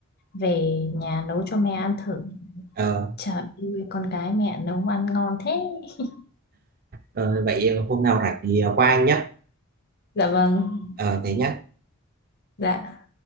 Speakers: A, on the left; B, on the right.
A: về nhà nấu cho mẹ ăn thử
B: Ờ,
A: trời ơi con gái mẹ nấu ăn ngon thế <laughs>
B: ờ, vậy hôm nào rảnh thì ờ, qua anh nhé
A: dạ vâng
B: ờ thế nhá
A: dạ